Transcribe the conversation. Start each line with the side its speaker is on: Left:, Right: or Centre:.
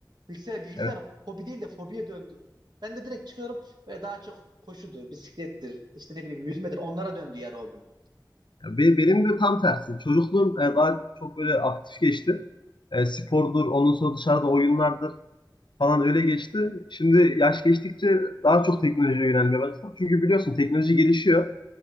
Right: Bilgisayar, bilgisayar
Left: Evet.
Right: hobi değil de fobiye döndü. Ben de direkt çıkıyorum ve daha çok koşudur, bisiklettir, işte ne bileyim yüzmedir onlara döndü yani hobim.
Left: Be- Benim de tam tersi. Çocukluğum e, daha çok böyle aktif geçti. E, spordur, ondan sonra dışarıda oyunlardır. falan öyle geçti. Şimdi yaş geçtikçe daha çok teknolojiye yönelmeye başladım. Çünkü biliyorsun teknoloji gelişiyor.